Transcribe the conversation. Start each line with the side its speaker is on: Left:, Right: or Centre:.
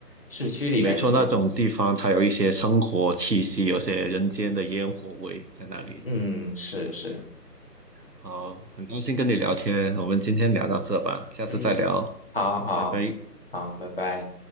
Left: 市区里面其实，
Right: 嗯没错，那种地方才有一些生活气息，有些人间的烟火味在那里。
Left: 嗯，是是，
Right: 好，很高兴跟你聊天，我们今天聊到这吧，下次再聊，
Left: 嗯。好好好，
Right: 拜拜。
Left: 拜拜。